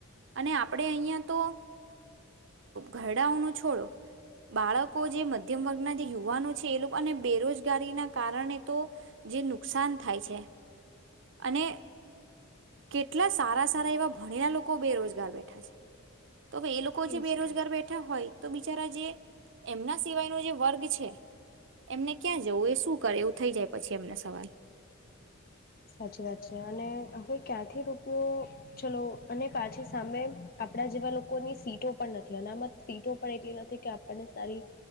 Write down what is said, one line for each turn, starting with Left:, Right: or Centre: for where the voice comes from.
Right: અને આપણે અહિયાં તો ઘરડાઓ ન છોડો બાળકો જે મધ્યમ વર્ગના જે યુવાનો છે એ લોકો અને બેરોજગારી ના કારણે તો જે નુકસાન થાય છે અને કેટલા સારા સારા એવા ભણી ના લોકો બેરોજગાર બેઠા છે. તોવે એ લોકો જે
Left: એજ
Right: બેરોજગાર
Left: તો.
Right: બેઠા હોય તો બિચારા જે એમના સિવાયનો જે વર્ગ છે એમને ક્યાં જવું એ શું કરે એવું થઈ જાય પછી એમના સવાલ
Left: સાચી વાત છે અને હવે ક્યાંથી રૂપિયો ચલો અને પાછી સામે આપડા જેવા લોકોની સીટો પણ નથી અનામત સીટો પણ એટલી નથી કે આપણને સારી